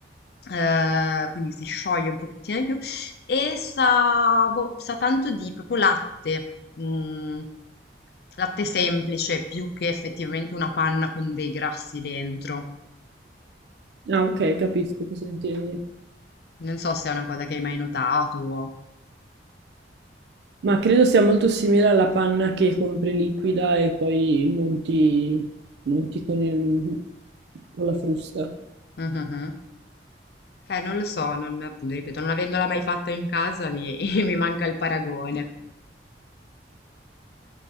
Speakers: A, on the left; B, on the right.
A: Ehm, quindi si scioglie un pochettino di più e sa, boh, sa tanto di proprio latte, mm, latte semplice più che effettivamente una panna con dei grassi dentro.
B: Ah, ok, capisco cosa intendi.
A: Non so se è una cosa che hai mai notato.
B: Ma credo sia molto simile alla panna che compri liquida e poi monti, monti con il- con la frusta.
A: Mhm. Eh, non lo so, non, appunto, ripeto, non avendola mai fatta in casa mi, <laughs> mi manca il paragone.